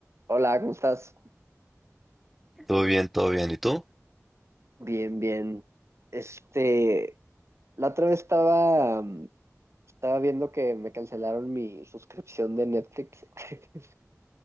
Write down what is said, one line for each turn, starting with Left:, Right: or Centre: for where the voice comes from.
Right: Hola, ¿cómo estás?
Centre: Todo bien, todo bien. ¿Y tú?
Right: Bien, bien. Este, la otra vez estaba, mm, estaba viendo que me cancelaron mi suscripción de Netflix <laughs>